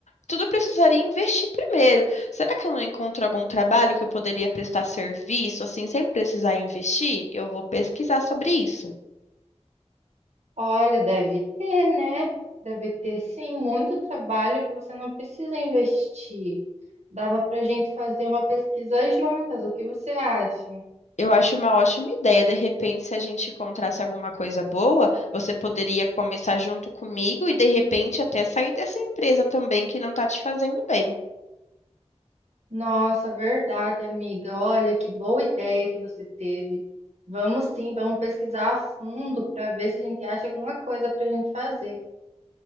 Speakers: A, on the left; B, on the right.
A: tudo eu precisaria investir primeiro. Será que eu não encontro algum trabalho que eu poderia prestar serviço assim sem precisar investir? Eu vou pesquisar sobre isso.
B: Olha, deve ter, né? Deve ter sim muito trabalho que você não precisa investir. Dava para a gente fazer uma pesquisa juntas, o que você acha?
A: Eu acho uma ótima ideia. De repente, se a gente encontrasse alguma coisa boa, você poderia começar junto comigo e de repente até sair dessa empresa também que não está te fazendo bem.
B: Nossa, verdade, amiga. Olha que boa ideia que você teve. Vamos sim, vamos pesquisar a fundo para ver se a gente acha alguma coisa para a gente fazer.